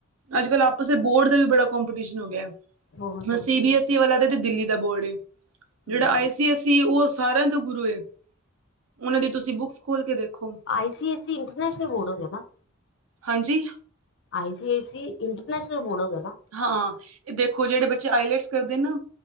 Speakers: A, on the right; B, on the left.
A: ਅੱਜ ਕੱਲ ਆਪਸ ਦੇ ਬੋਰਡ ਦਾ ਵੀ ਬੜਾ ਕੰਪੀਟੀਸ਼ਨ ਹੋ ਗਿਆ
B: ਬਹੁਤ ਹੂੰ
A: C B S I C S Delhi ਦਾ ਬੋਰਡ ਏ
B: ਹੂੰ
A: ਜਿਹੜਾ ਆਈ ਸੀ ਐਸ ਸੀ ਉਹ ਸਾਰਿਆਂ ਦੇ ਗੁਰੂ ਏ ਉਹਨਾਂ ਦੀ ਤੁਸੀਂ ਬੁੱਕਸ ਖੋਲ ਕੇ ਦੇਖੋ।
B: I C I C international board ਹੋ ਗਿਆ ਨਾ।
A: ਹਾਂਜੀ।
B: I C I C international board ਹੋ ਗਿਆ ਨਾ।
A: ਹਾਂ ਇਹ ਦੇਖੋ ਜਿਹੜੇ ਬੱਚੇ ਆਈਲੈਟਸ ਕਰਦੇ ਨਾ